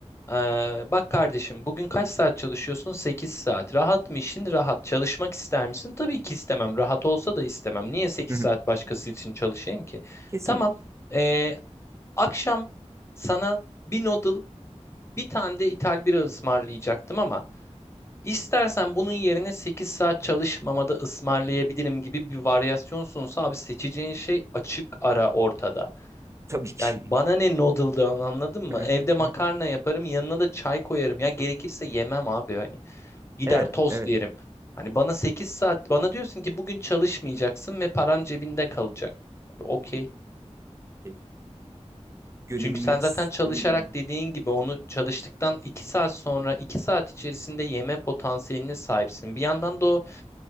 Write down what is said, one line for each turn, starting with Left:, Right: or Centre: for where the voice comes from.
Left: Eee, bak kardeşim bugün kaç saat çalışıyorsun? 8 saat. Rahat mı işin?
Right: Hı
Left: Rahat. Çalışmak ister misin? Tabii ki istemem. Rahat olsa da istemem. Niye sekiz
Right: hı.
Left: saat başkası için çalışayım ki?
Right: Kesinlikle.
Left: Tamam. Eee, akşam sana bir noodle bir tane de ithal bira ısmarlayacaktım ama istersen bunun yerine 8 saat çalışmamada ısmarlayabilirim gibi bir varyasyonsunsa abi seçeceğin şey açık ara ortada.
Right: Tabii ki.
Left: Yani bana ne noodle'dan anladın mı?
Right: <laughs>
Left: Evde makarna yaparım yanına da çay koyarım. Ya gerekirse yemem abi hani. Gider
Right: Evet,
Left: tost
Right: evet.
Left: yerim. Hani bana sekiz saat bana diyorsun ki bugün çalışmayacaksın ve paran cebinde kalacak. Abi Okey.
Right: Şey, Gönüllülük
Left: Çünkü sen zaten
Right: sistemi
Left: çalışarak
Right: gibi.
Left: dediğin gibi onu çalıştıktan 2 saat sonra 2 saat içerisinde yeme potansiyeline sahipsin. Bir yandan da o